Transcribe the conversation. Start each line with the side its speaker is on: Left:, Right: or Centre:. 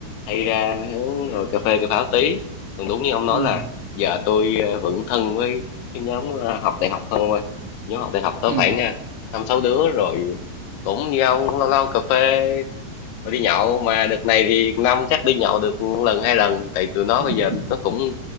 Left: hay ra hướng ngồi cà phê cà pháo tí còn đúng như ông nói
Right: ừ
Left: là giờ tôi ờ, vẫn thân với cái nhóm ờ, học đại học hơn ông ơi nhóm học đại học tới
Right: ừ
Left: khoảng ờ, năm sáu đứa rồi cũng như ông cũng lâu lâu cà phê rồi đi nhậu mà đợt này thì năm chắc đi nhậu được một lần hai lần tại tụi nó
Right: <laughs>
Left: bây giờ nó cũng